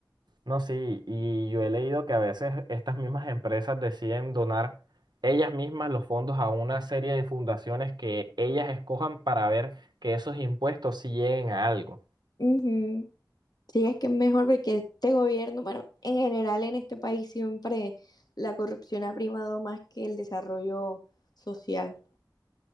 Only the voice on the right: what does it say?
No, sí, y yo he leído que a veces estas mismas empresas deciden donar ellas mismas los fondos a una serie de fundaciones que ellas escojan para ver que esos impuestos sí lleguen a algo.